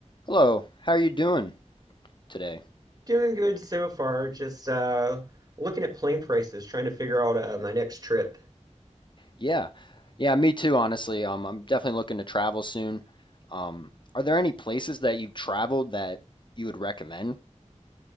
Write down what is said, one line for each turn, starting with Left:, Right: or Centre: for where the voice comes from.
Left: Hello, how are you doing today?
Right: Doing good so far. Just uh, looking at plane prices, trying to figure out uh, my next trip.
Left: Yeah, yeah, me too, honestly. Um, I'm definitely looking to travel soon. Um, are there any places that you've traveled that you would recommend?